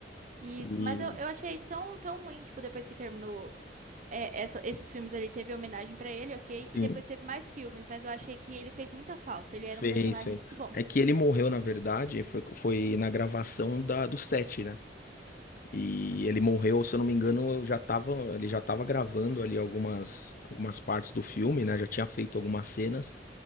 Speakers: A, on the right; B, on the left.
A: Isso,
B: E
A: mas eu, eu achei tão, tão ruim, tipo, depois que terminou é, essa- esses filmes ali, teve homenagem pra ele, ok?
B: sim,
A: E depois teve mais filmes, mas eu achei que ele fez muita falta. Ele era
B: Fez,
A: um personagem
B: fez.
A: muito bom.
B: É que ele morreu, na verdade, foi, foi na gravação da, do set, né? E ele morreu, se eu não me engano, eu já tava, ele já tava gravando ali algumas, algumas partes do filme, né? Já tinha feito algumas cenas.